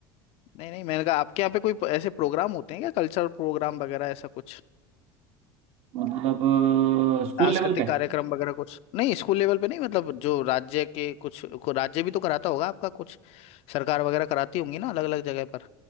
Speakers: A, on the left; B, on the right.
A: नहीं नहीं मैंने कहा आपके यहाँ पे कोई ऐसे प्रोग्राम होते हैं क्या कल्चरल प्रोग्राम वगैरह ऐसा कुछ
B: मतलब अ, स्कूल
A: सांस्कृतिक
B: लेवल पे
A: कार्यक्रम वगैरह कुछ नहीं स्कूल लेवल पे नहीं मतलब जो राज्य के कुछ को राज्य भी तो कराता होगा आपका कुछ सरकार वगैरह कराती होंगी ना अलग अलग जगह पर